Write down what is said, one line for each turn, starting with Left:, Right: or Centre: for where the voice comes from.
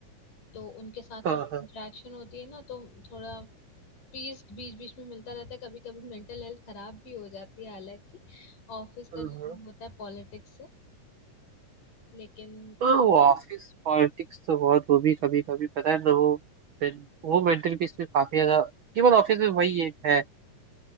Left: तो उनके साथ
Right: हाँ
Left: थोड़ी
Right: हाँ
Left: इंटरेक्शन होती है ना तो थोड़ा पीस बीच बीच में मिलता रहता है कभी कभी मेंटल हेल्थ खराब भी हो जाती है हालांकि ऑफिस
Right: हाँ
Left: का जो
Right: हाँ।
Left: वो होता है पॉलिटिक्स से लेकिन
Right: हाँ वो ऑफिस पॉलिटिक्स तो बहुत वो भी कभी कभी पता है ना वो men- वो मेंटल पीस में काफी ज्यादा केवल ऑफिस में वही एक है